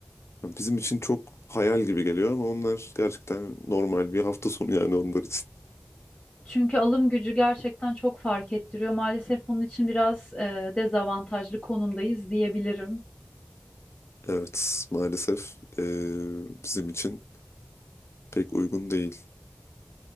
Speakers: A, on the left (about 65°); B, on the left (about 15°).
A: Yani bizim için çok hayal gibi geliyor ama onlar gerçekten normal bir hafta sonu yani onlar için.
B: Çünkü alım gücü gerçekten çok fark ettiriyor. Maalesef bunun için biraz e, dezavantajlı konumdayız diyebilirim.
A: Evet, maalesef e, bizim için pek uygun değil.